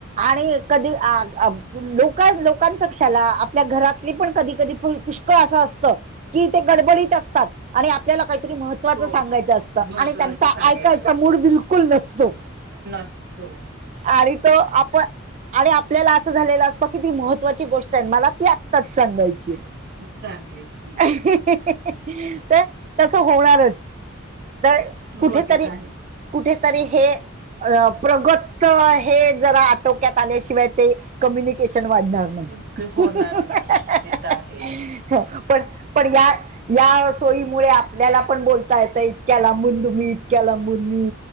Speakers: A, on the right; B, on the right.
A: आणि कधी लोक लोकांच क्षला आपल्या घरातली पण कधी कधी पु पु् असं असतं कि ते गडबडीत असतात. आणि आपल्याला काहीतरी महत्त्वाचं
B: हो
A: सांगायचं असतं
B: महत्त्वाचं
A: आणि त्यांचा
B: सांगायचं
A: ऐकायचा मूड बिलकुल नसतो.
B: <unintelligible> हो.
A: आडी तो आप पण आणि आपल्याला असं झालेलं असतं कि ती महत्त्वाची गोष्ट आहे मला ती आत्ताच सांगायची हाय.
B: <inaudible> सांगाची
A: हा हा हा. तर तसं होणारच. तर
B: हो
A: कुठेतरी,
B: ते तर
A: कुठेतरी हे अ प्रगत हे जरा आटोक्यात आल्याशिवाय ते कम्युनिक कम्युनिकेशन वाढणार नाही.
B: आहेच होणार
A: हा
B: नाही
A: हा
B: ते तर आहेच
A: हम् हम पण पण या या सोयीमुळे आपल्याला पण बोलता येत इतक्या लांबून तुम्ही, इतक्या लांबून मी.